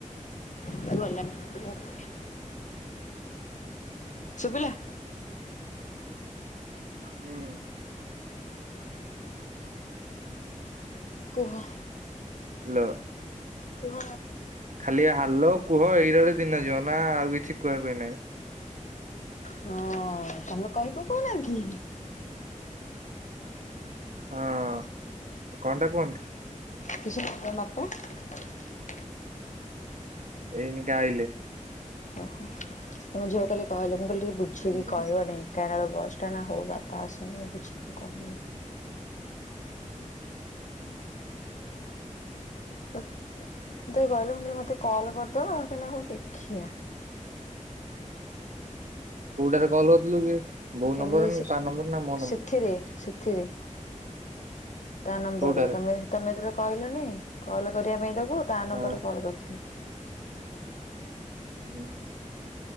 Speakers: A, on the left (about 65°); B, on the right (about 70°).
A: ସେ ଗଲାନି ରୁହ ଟିକେ। ଶୁଭିଲା?
B: ହୁଁ
A: କୁହ,
B: ହେଲୋ,
A: କୁହ।
B: ଖାଲି ହାଲୋ କୁହ ଏଇରା ରେ ଦିନ ଯିବ। ନା ଆଉ କିଛି କୁହାକୁହି ନାହିଁ।
A: ହଁ, ତମେ କହିପକଉନା କି।
B: ହଁ, କଣ ଟା କୁହନ୍ତି?
A: କିଛି। <unintelligible>
B: ଏଇନିକା ଆଇଲେ।
A: ଓହୋ ତମ ଝିଅକୁ କାଲି କହିଲି, ମୁଁ କହିଲି ଟିକେ ବୁଝେଇକି
B: ହୁଁ
A: କହିବ ଢେଙ୍କାନାଳ ବସ୍ ଟା ନା ହଉ ବାପା ଆସନ୍ତୁ, ମୁଁ ବୁଝିକି କହିବି।
B: <inaudible>
A: ମୁଁ ତାକୁ କହିଲି ମତେ କଲ କରିଦବ, କହିଲା ହଉ ଦେଖିଆ।
B: କୋଉଟା ରେ କଲ କରଥିଲୁ କି? ବୋଉ
A: କାଲି
B: ନମ୍ବର
A: ସେ
B: ନା ତା ନମ୍ବର ନା ମୋ ନମ୍ବର
A: ସେଥିରେ ସେ ଥିରେ ତା ନମ୍ବର
B: କୋଉଟାରେ?
A: ତମେ ତମେ ଯେତେବେ କହିଲନି, କଲ କରିବା ପାଇଁ ତାକୁ ତା ନମ୍ବର
B: ହଁ
A: ରେ କଲ୍ କରିଥିଲି।
B: <inaudible>